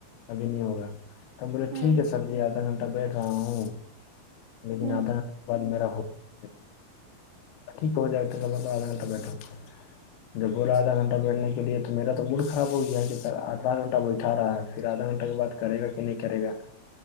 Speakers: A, on the left; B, on the right.
A: ابھی نہیں ہوگا میں نے بولے
B: ہوں
A: ٹھیک
B: ہوں
A: ہے سر سر جی آدھا گھنٹہ بیٹھ رہا ہوں لیکن
B: ہوں
A: آدھا گھنٹہ کے بد میرا ہو تو ٹھیک ہو جائے ب گا تو ادھا گھنٹہ بیٹھو جب بولا آدھا گھنٹہ بیٹھنے کے لیے تو میرا تو موڈ خراب ہو گیا ہے کہ سر آدھا گھنٹہ بیٹھا رہا ہے پھر آدھا گھنٹہ کے بعد کرے گا کہ نہیں کرے گا